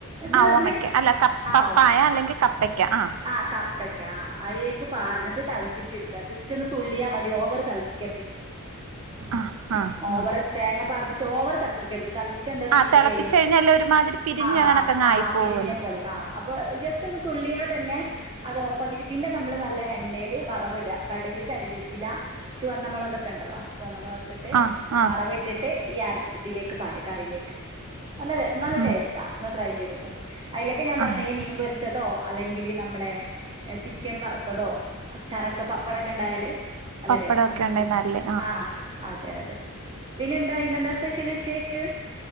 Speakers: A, on the right (about 25°); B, on the right (about 75°).
A: എന്താ
B: ആ
A: പറഞ്ഞേ
B: ഓമയ്ക്ക അല്ല പ്പപ്പായ
A: ആ ഓമ
B: അല്ലെങ്കിൽ കപ്പയ്ക്ക ആഹ്
A: ആ കപ്പയ്ക്ക ആ അയിലേക്ക് പാർന്നിട്ട് തെളപ്പി- ജസ്റ്റ്‌ ഒന്ന് തുള്ളിയാൽ മതി ഓവറ് തെളപ്പിക്കരുത്
B: ആ
A: <unintelligible>
B: ആ
A: ഓവറ്
B: ആ
A: തേങ്ങ പാർന്നിട്ട് ഓവർ തെള പ്പിക്കരുത് തൾപ്പിച്ച എന്താ
B: ആ
A: പിരി
B: തിളപ്പിച്ച്
A: പിരിയായി നിക്കും
B: കഴിഞ്ഞാല് ഒരുമാതിരി പിരിഞ്ഞ
A: ആഹ്
B: കണക്കങ്ങ്
A: ആഹ്
B: ആയി പോവല്ലേ
A: പിരിഞ്ഞ പോലെ ആഹ് ജസ്റ്റ് ഒന്ന് തുള്ളിയാൽ തന്നെ അത് ഓഫ് ആക്കീട്ട് പിന്നെ നമ്മള് നല്ല എണ്ണേല് വറവ് ഇടുവാ കടുക് കരിവേപ്പില ചുവന്നമുളകൊക്കെണ്ടല്ലോ ചോന്ന മൊളകൊക്കെ ഇ ട്ട്
B: ആഹ് ആഹ്
A: പറവിട്ടിട്ട് ഈഅരപ്പ് ഇതിലേക്ക് പാര്അ കറിയിലേക്ക് നല്ല നല്ല
B: ഉം
A: ടേസ്റ്റ ഒന്ന് ട്രൈ ചെയ്തോകൊണ്ടു അയിലേക്ക ഞാൻ പറഞ്ഞത്
B: ആഹ്
A: ഈ മീൻ പൊരി- ച്ചതോ അല്ലെങ്കില് നമ്മളെ ചിക്കൻ വറുത്തതോ അച്ചാറൊക്കെ പപ്പടൊക്കെ ഉണ്ടായാല് നല്ല
B: പപ്പടൊക്കെ
A: ടേസ്റ്റാ
B: ഉണ്ടേ നല്ലേ
A: ആഹ് അതെ അതെ പിന്നെ എന്താ ഇന്നെന്താ സ്പെഷ്യൽ ച്ചേക്ക്